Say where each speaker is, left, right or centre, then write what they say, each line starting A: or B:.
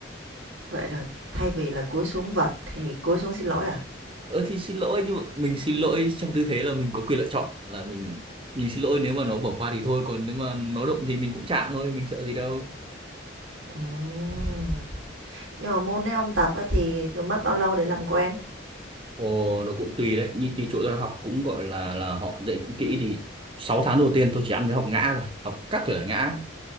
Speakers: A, on the right; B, on the right.
A: vậy là thay vì là cúi xuống vật thì cúi xuống xin lỗi à
B: ơ thì xin lỗi nhưng mà mình xin lỗi trong tư thế là mình có quyền lựa chọn là mình mình xin lỗi nếu mà nó bỏ qua thì thôi còn nếu mà nó đụng thì mình cũng chạm thôi mình sợ gì đâu
A: Ừm. nhưng mà môn đấy ông tập ấy thì mất bao lâu để làm quen
B: Ồ, nó cũng tùy đấy như, như chỗ tôi học cũng gọi là là họ dạy cũng kỹ thì 6 tháng đầu tiên tôi chỉ ăn cái học ngã rồi học các thể loại ngã